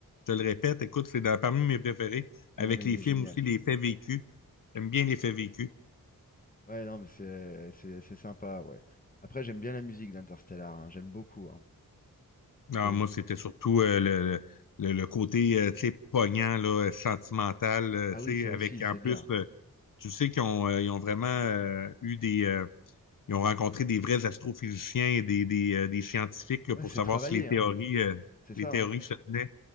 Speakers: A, on the left; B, on the left.
A: je te le répète. Écoute, c'est dans- parmi mes préférés.
B: Ah
A: Avec
B: non, mais il
A: les
B: est
A: films
B: génial.
A: aussi, les faits vécus. J'aime bien les faits vécus.
B: Ouais, non, mais c'est c'est c'est sympa, ouais. Après, j'aime bien la musique d'Interstellar, hein, J'aime beaucoup, hein.
A: Non,
B: J'ai-
A: moi, c'était surtout euh, le, le, le côté, euh, tu sais, poignant, là, euh, sentimental, euh,
B: Ah
A: tu
B: oui, ça
A: sais, avec
B: aussi, c'est
A: en
B: bien.
A: plus, euh, tu sais qu'ils ont, euh, ils ont vraiment euh, eu des. euh, ils ont rencontré des vrais astrophysiciens et des, des, euh, des scientifiques là,
B: Ouais,
A: pour
B: c'est
A: savoir
B: travaillé,
A: si les théories,
B: hein.
A: euh,
B: C'est ça,
A: les théories
B: hein.
A: se tenaient.